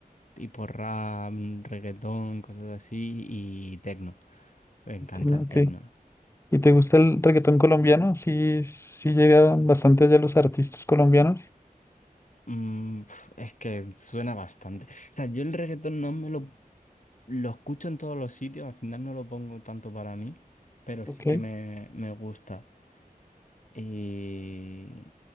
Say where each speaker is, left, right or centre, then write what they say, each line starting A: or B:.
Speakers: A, on the left; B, on the left.
A: tipo rap, reggaetón, cosas así y tecno. Me encanta
B: el techno,
A: el
B: ok.
A: tecno.
B: ¿Y te gusta el reggaetón colombiano? Sí, sí llegan bastante allá los artistas colombianos,
A: Mm, pf, es que suena bastante. O sea, yo el reggaetón no me lo, lo escucho en todos los sitios, al final no lo pongo tanto para mí, pero
B: ok.
A: sí que me, me gusta. Y